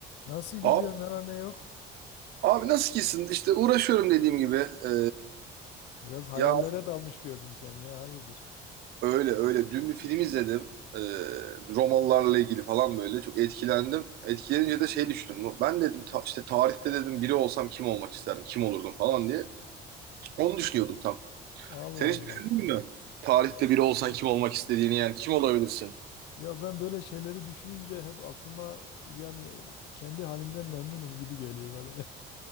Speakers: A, on the left (about 70°); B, on the right (about 60°).
A: Nasıl gidiyor?
B: Abi,
A: Ne var ne yok?
B: abi nasıl gitsin? İşte uğraşıyorum dediğim gibi. Ee,
A: Biraz hayallere
B: ya
A: dalmış gördüm seni ya. Hayırdır?
B: öyle öyle. Dün bir film izledim. Ee, Romalılarla ilgili falan böyle. Çok etkilendim. Etkilenince de şey düşündüm. Ben dedim ta- işte tarihte dedim biri olsam kim olmak isterdim? Kim olurdum falan diye. Onu düşünüyordum tam.
A: Allah
B: Sen
A: Allah.
B: hiç düşündün mü? Tarihte biri olsan kim olmak istediğini yani kim olabilirsin?
A: Ya ben böyle şeyleri düşününce hep aklıma yani kendi halimden memnunum gibi geliyor bana. <laughs>